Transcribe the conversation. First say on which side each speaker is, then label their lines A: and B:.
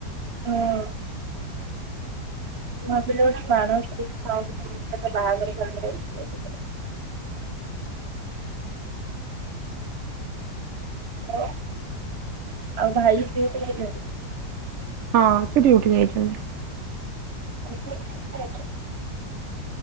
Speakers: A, on the right; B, on the right.
A: ହୁଁ ମୁ ଭାବିଲି ବୋଧେ ବାଣ ଆଉଣ୍ଡ ହଉଚି କୋଉଠି ବାହାଘର ଫଆଘର ହଉଛି ବୋଧେ। ହାଲୋ ଆଉ ଭାଇ ଡିଉଟି ଯାଇଛନ୍ତି।
B: ହଁ ସେଠ ଡ଼ିଉଟି ଯାଇଛନ୍ତି।
A: <inaudible>